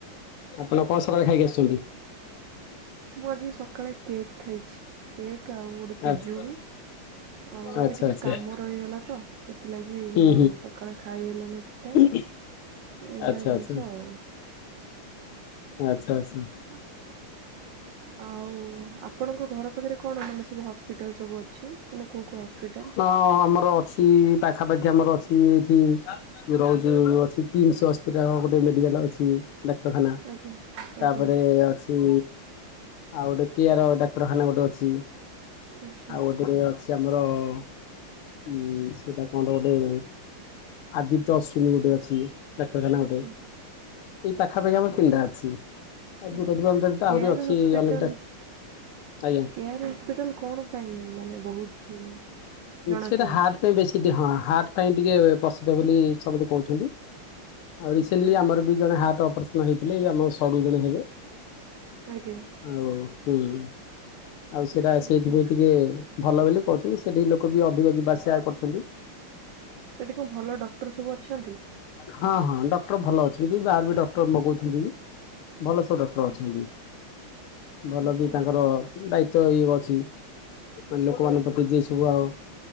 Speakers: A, on the left (about 85°); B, on the right (about 75°).
A: ଆପଣ କଣ ସକାଳେ ଖାଇକି ଆସୁଛନ୍ତି?
B: ମୁଁ ଆଜି ସକାଳେ କେକ୍ ଖାଇଛି କେକ୍ ଆଉ ଗୋଟେ ପିଜୁଳି।
A: ଆଚ୍ଛା
B: ଆଉ ଆଜି
A: ଆଚ୍ଛା
B: ଟିକେ
A: ଆଚ୍ଛା
B: କାମ ରହିଗଲା ତ ସେଥିଲାଗି ମୁଁ
A: ହୁଁ
B: ଆଉ ସକାଳେ ଖାଇ ହେଲାନି ଠିକଠାକ୍।
A: ହୁଁ
B: ଏଇଭଳିଆ
A: ଆଚ୍ଛା
B: ଜିନିଷ
A: ଆଚ୍ଛା
B: ଆଉ।
A: ଆଚ୍ଛା ଆଛା।
B: ହଁ। ଆଉ ଆପଣଙ୍କ ଘର ପାଖରେ କଣ ମାନେ ସବୁ ହସ୍ପିଟାଲ ସବୁ ଅଛି ମାନେ କୋଉ କୋଉ ହସ୍ପିଟାଲ?
A: ହଁ ଆମର ଅଛି ପାଖାପାଖି ଆମର ଅଛି ଏଠି। ରହୁଛି ଅ କିମସି ହସ୍ପିଟାଲ ଗୋଟେ ମେଡିକାଲ ଅଛି। ଡାକ୍ତରଖାନା
B: ଆଜ୍ଞା ଆଜ୍ଞା
A: ତାପରେ ଅସି ଆଉ ଗୋଟେ କେଆର ଡାକ୍ତରଖାନା ଗୋଟେ ଅଛି
B: ଆଚ୍ଛା
A: ଆଉ ଗୋଟେ ଅଛ ଯେ ଆମର ଉଁ ସେଟା କଣ ଗୋଟେ। ଆଦିତ୍ୟ ଅଶ୍ୱିନୀ ଗୋଟେ ଅଛି ଡାକ୍ତରଖାନା
B: ଆଚ୍ଛା
A: ଗୋଟେ। ଏଇ ପାଖାପାଖି ଆମର ତିନିଟା ଅଛି ଆଉ
B: ଆଚ୍ଛା
A: <unintelligible>
B: କେୟାର
A: ଆହୁରି ଅଛି
B: ହସ୍ପିଟାଲ
A: ଅନେକଟା ଆଜ୍ଞା।
B: କେୟାର ହସ୍ପିଟାଲ କଣ ପାଇଁ ମାନେ ବହୁତ ଜଣାଶୁଣା?
A: ସେଟା ହାର୍ଟ ପାଇଁ ବେଶୀ ଟ ହଁ ହାର୍ଟ ପାଇଁ ଟିକେ ପ୍ରସିଦ୍ଧ ବୋଲି ସମସ୍ତେ କହୁଛନ୍ତି। ଆଉ ରିସେଣ୍ଟଲି
B: ଆଚ୍ଛା
A: ଆମର ବି ଜଣେ ହାର୍ଟ ଅପରେସନ ହେଇଥିଲେ ଆମର ସଡୁ ଜଣେ ହେବେ।
B: ଆଜ୍ଞା।
A: ଆଉ ହୁଁ ଆଉ ସେଟା
B: ଆଚ୍ଛା
A: ସେଇଥିପାଇଁ ଟିକେ ଭଲ ବୋଲି କହୁଛନ୍ତି। ସେଠି ଲୋକ ବି ଅଧିକ ଯିବା ସେୟା କରୁଛନ୍ତି।
B: ସେଠି କଣ ଭଲ ଡକ୍ଟର ସବୁ ଅଛନ୍ତି?
A: ହଁ ହଁ ଡକ୍ଟର ଭଲ ଅଛନ୍ତି ବାହାରୁ ବି ଡକ୍ଟର ମଗଉଛନ୍ତି ବି। ଭଲସେ ଡକ୍ଟର ଅଛନ୍ତି
B: ଆଚ୍ଛା
A: ଭଲ
B: ଆଚ୍ଛା
A: ବି ତାଙ୍କର ଦାୟିତ୍ଵ ଇଏ ଅଛି ମାନେ ଲୋକମାନଙ୍କ ପ୍ରତି ଯିଏ ସବୁ ଆଉ